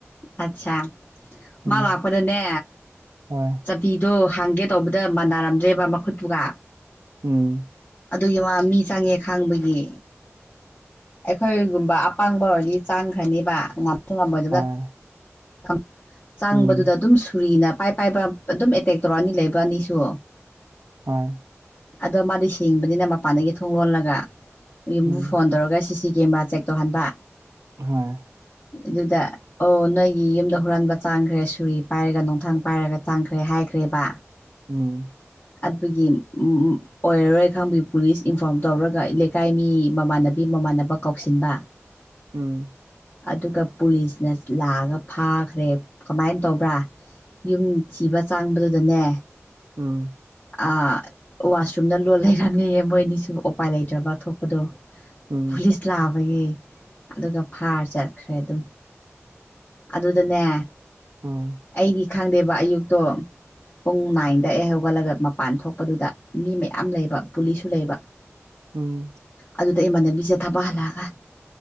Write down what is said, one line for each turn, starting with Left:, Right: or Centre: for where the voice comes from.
Left: ꯑꯠꯁꯥ
Right: ꯎꯝ
Left: ꯃꯥꯥ ꯂꯥꯛꯄꯗꯅꯦ
Right: ꯍꯣꯏ
Left: ꯆꯠ ꯄꯤꯗꯣ ꯍꯥꯡꯒꯦ ꯇꯧꯕꯗ ꯃꯥꯟꯅꯔꯝꯗ꯭ꯔꯦꯕ ꯃꯈꯨꯠꯇꯨꯒ
Right: ꯎꯝ
Left: ꯑꯗꯨꯒꯤ ꯋꯥ ꯃꯤ ꯆꯪꯉꯦ ꯈꯥꯡꯕꯒꯤ ꯑꯩꯈꯣꯏꯒꯨꯝꯕ ꯑꯄꯪꯕ ꯑꯣꯏꯔꯗꯤ ꯆꯥꯡꯈ꯭ꯔꯅꯤꯕ ꯉꯝꯁꯨ ꯉꯝꯃꯣꯏꯗꯕꯗ
Right: ꯍꯣꯏ
Left: ꯑꯝ ꯆꯥꯡꯕꯗꯨꯗ
Right: ꯎꯝ
Left: ꯑꯗꯨꯝ ꯁꯨꯔꯤꯅ ꯄꯥꯏ ꯄꯥꯏꯕ ꯑꯗꯨꯝ ꯑꯦꯇꯦꯛ ꯇꯧꯔꯛꯑꯅꯤ ꯂꯩꯕ ꯑꯅꯤꯁꯨ
Right: ꯍꯣꯏ
Left: ꯑꯗꯣ ꯃꯥꯗꯤ ꯁꯤꯡꯕꯅꯤꯅ ꯃꯄꯥꯟꯗꯒꯤ ꯊꯣꯡ ꯂꯣꯜꯂꯒ ꯌꯨꯝꯕꯨ
Right: ꯎꯝ
Left: ꯐꯣꯟ ꯇꯧꯔꯒ ꯁꯤ ꯁꯤ ꯀꯦꯃꯦꯔꯥ ꯆꯦꯛ ꯇꯧꯍꯟꯕꯥ
Right: ꯍꯣꯏ
Left: ꯑꯗꯨꯗ ꯑꯣ ꯅꯣꯏꯒꯤ ꯌꯨꯝꯗ ꯍꯨꯔꯥꯟꯕ ꯆꯥꯡꯈ꯭ꯔꯦ ꯁꯨꯔꯤ ꯄꯥꯏꯔꯒ ꯅꯣꯡꯊꯥꯡ ꯄꯥꯏꯔꯒ ꯆꯥꯡꯈ꯭ꯔꯦ ꯍꯥꯏꯈ꯭ꯔꯦꯕ
Right: ꯎꯝ
Left: ꯑꯗꯨꯒꯤ ꯎ ꯎꯝ ꯑꯣꯏꯔꯔꯣꯏ ꯈꯪꯕꯒꯤ ꯄꯨꯂꯤꯁ ꯏꯟꯐꯣꯔꯝ ꯇꯧꯔꯒ ꯂꯩꯀꯥꯏ ꯃꯤ ꯃꯃꯥꯟꯅꯕꯤ ꯃꯃꯥꯟꯅꯕ ꯀꯧꯁꯤꯟꯕ
Right: ꯎꯝ
Left: ꯑꯗꯨꯒ ꯄꯨꯂꯤꯁꯅ ꯂꯥꯛꯑꯒ ꯐꯥꯈ꯭ꯔꯦ ꯀꯃꯥꯏꯟ ꯇꯧꯕ꯭ꯔꯥ ꯌꯨꯝ ꯊꯤꯕ ꯆꯥꯡꯕꯗꯨꯗꯅꯦ
Right: ꯎꯝ
Left: ꯑ ꯋꯥꯁꯔꯨꯝꯗ ꯂꯣꯠ ꯂꯩꯔꯝꯃꯦꯌꯦ ꯃꯣꯏꯅꯤꯁꯨ ꯑꯣꯄꯥꯏ ꯂꯩꯇ꯭ꯔꯕ ꯊꯣꯛꯄꯗꯣ
Right: ꯎꯝ
Left: ꯄꯨꯂꯤꯁ ꯄꯂꯥꯕꯒꯤ ꯑꯗꯨꯒ ꯐꯥꯔ ꯆꯠꯈ꯭ꯔꯦ ꯑꯗꯨꯝ ꯑꯗꯨꯗꯅꯦ
Right: ꯎꯝ
Left: ꯑꯩꯒꯤ ꯈꯪꯗꯦꯕ ꯑꯌꯨꯛꯇꯣ ꯄꯨꯡ ꯅꯥꯏꯟꯗ ꯑꯩ ꯍꯧꯒꯠꯂꯒ ꯃꯄꯥꯟ ꯊꯣꯛꯄꯗꯨꯗ ꯃꯤ ꯃꯌꯥꯝ ꯂꯩꯕ ꯄꯨꯂꯤꯁꯁꯨ ꯂꯩꯕ
Right: ꯎꯝ
Left: ꯑꯗꯨꯗ ꯏꯃꯥꯟꯅꯕꯤꯁꯦ ꯊꯕꯛ ꯍꯜꯂꯛꯑꯒ